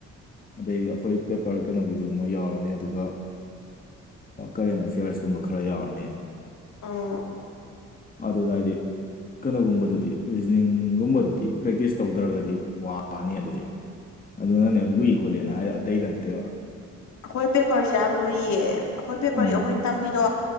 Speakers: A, on the left (about 30°); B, on the left (about 65°).
A: ꯑꯗꯩ ꯑꯩꯈꯣꯏ ꯄꯦꯄꯔ ꯀꯩꯅꯣꯒꯤꯗꯨꯃꯣꯏ ꯌꯥꯎꯔꯅꯤ ꯑꯗꯨꯒ ꯀꯔꯦꯟ ꯑꯦꯐꯤꯌꯔꯁꯀꯨꯝꯕ ꯈꯔ ꯌꯥꯎꯔꯅꯤ
B: ꯑꯥ
A: ꯑ ꯑꯗꯨꯗꯗꯗꯤ ꯀꯩꯅꯣꯒꯨꯝꯕꯗꯨꯗꯤ ꯔꯤꯖꯅꯤꯡꯒꯨꯝꯕꯗꯨꯗꯤ ꯄ꯭ꯔꯦꯛꯇꯤꯁ ꯇꯧꯗ꯭ꯔꯒꯗꯤ ꯋꯥꯅꯤ ꯑꯗꯨꯗꯤ ꯑꯗꯨꯅꯅꯦ ꯂꯨꯏ ꯈꯣꯠꯂꯦꯅ ꯍꯥꯏ ꯑꯇꯩꯗ ꯅꯠꯇꯦ
B: ꯑꯩꯈꯣꯏ ꯄꯦꯄꯔꯁꯦ ꯌꯥꯝ ꯂꯨꯏꯌꯦ ꯑꯩꯈꯣꯏ ꯄꯦꯄꯔꯒꯤ
A: ꯎꯝ
B: ꯑꯩꯈꯣꯏꯅ ꯇꯝꯃꯤꯗꯣ